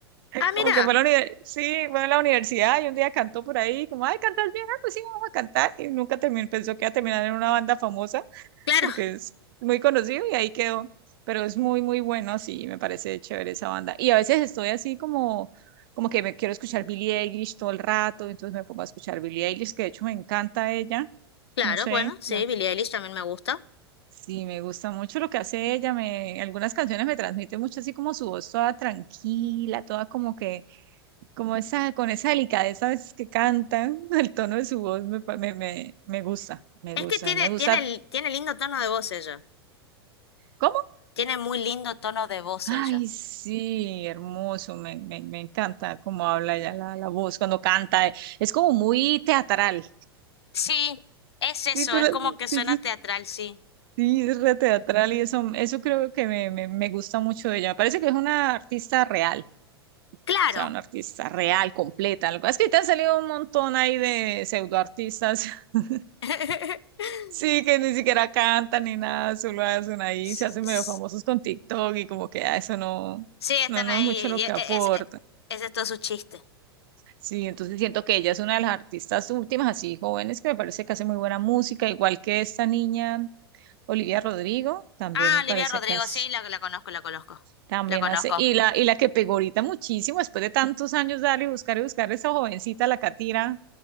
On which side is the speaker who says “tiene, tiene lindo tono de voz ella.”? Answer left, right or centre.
Left